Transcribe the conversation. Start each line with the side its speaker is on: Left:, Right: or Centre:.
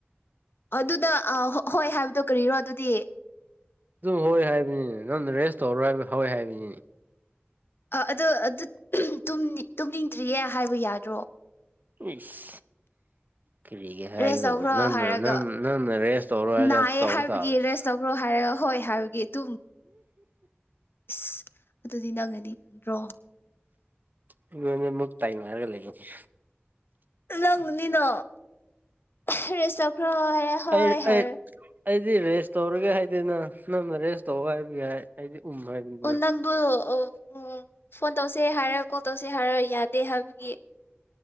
Left: ꯑꯗꯨꯗ ꯍꯣꯏ ꯍꯥꯏꯕꯗꯣ ꯀꯔꯤꯔꯣ ꯑꯗꯨꯗꯤ
Right: ꯑꯗꯨꯝ ꯍꯣꯏ ꯍꯥꯏꯕꯅꯤꯅꯦ ꯅꯪ ꯔꯦꯁ ꯇꯧꯔ ꯍꯥꯏꯕ ꯍꯏ ꯍꯥꯏꯕꯅꯤꯅꯦ
Left: ꯑ ꯑꯗꯨ ꯇꯨꯝꯅꯤꯡꯗ꯭ꯔꯤꯌꯦ ꯍꯥꯏꯕ ꯌꯥꯗ꯭ꯔꯣ
Right: ꯏꯁ ꯀꯔꯤꯒꯦ ꯍꯥꯏꯒꯗꯧꯕ
Left: ꯔꯦꯁ ꯇꯧꯈ꯭ꯔꯣ
Right: ꯅꯅ
Left: ꯍꯥꯏꯔꯒ
Right: ꯅ ꯅꯪꯅ ꯔꯦꯁ ꯇꯧꯔꯣ ꯍꯥꯏꯒ
Left: ꯅꯥꯏꯌꯦ
Right: ꯇꯧꯕ
Left: ꯍꯥꯏꯕꯒꯤ
Right: ꯇꯥꯕꯅꯤ
Left: ꯔꯦꯁ ꯇꯧꯈ꯭ꯔꯣ ꯍꯥꯏꯔꯒ ꯍꯣꯏ ꯍꯥꯏꯕꯒꯤ ꯑꯗꯨꯝ ꯏꯁ ꯑꯗꯨꯗꯤ ꯅꯪꯅꯤ ꯕ꯭ꯔꫭ
Right: ꯑꯩꯉꫭꯟꯗ ꯃꯨꯛ ꯇꯥꯏꯅꯔꯒ ꯂꯩꯌꯦꯅꯦ
Left: ꯂꯪ ꯅꯤꯅ ꯑꯍ ꯔꯦꯁꯞ ꯍꯣꯏ ꯍꯣꯏ
Right: ꯑꯩ
Left: ꯍꯔ
Right: ꯑꯩ ꯑꯩꯗꯤ ꯔꯦꯁ ꯇꯧꯔꯒꯦ ꯍꯥꯏꯗꯦꯅ ꯅꯪꯅ ꯔꯦꯁ ꯇꯧ ꯍꯥꯏꯕꯒꯤ ꯍꯥꯏ ꯑꯩꯗꯤ ꯎꯝ ꯍꯥꯏꯕꯅꯤꯅ
Left: ꯑꯣ ꯅꯪꯗꯨ ꯑꫭ ꯑꫭ ꯐꯣꯟ ꯇꯧꯁꯦ ꯍꯥꯏꯔ ꯀꯣꯜ ꯇꯧꯁꯦ ꯍꯥꯏꯔ ꯌꯥꯗꯦ ꯍꯥꯏꯕꯒꯤ